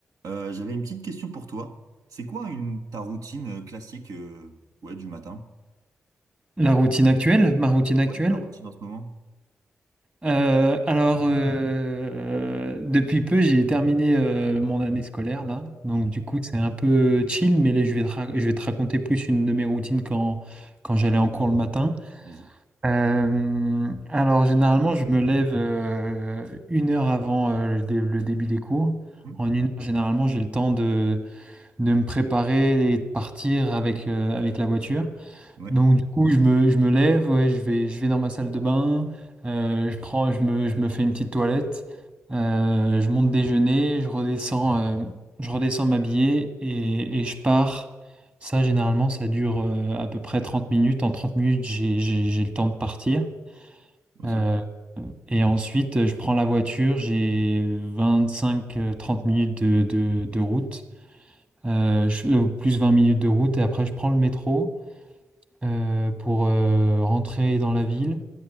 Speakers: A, on the right; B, on the right.
A: Euh, j'avais une petite question pour toi. C'est quoi une ta routine euh, classique euh, ouais, du matin?
B: La routine actuelle, ma routine actuelle.
A: Ouais, ta routine en ce moment?
B: Euh, alors, euh, depuis peu, j'ai terminé euh, mon année scolaire là, donc
A: Ok,
B: du coup, c'est un peu chill, mais là, je vais te, ra- je vais te raconter plus une de mes routines quand, quand j'allais en cours le matin.
A: vas-y.
B: Euh, alors, généralement, je me lève euh, une heure avant euh, le, dé- le début des cours.
A: Hmm
B: En une heure, généralement, j'ai le temps de, de me préparer et de partir avec, euh, avec la voiture.
A: Ouais,
B: Donc du coup, je me, je me lève, ouais, je vais, je vais dans ma salle de bain, euh, je prends, je me, je me fais une petite toilette, euh, je monte déjeuner, je redescends, euh, je redescends m'habiller et, et je pars. Ça, généralement, ça dure euh, à peu près 30 minutes. En 30 minutes, j'ai, j'ai- j'ai le temps de partir.
A: oh,
B: Euh,
A: ça va.
B: et ensuite, je prends la voiture, j'ai 25 trente minutes de, de- de route, euh, je- euh, plus 20 minutes de route, et après, je prends le métro euh, pour euh, rentrer dans la ville.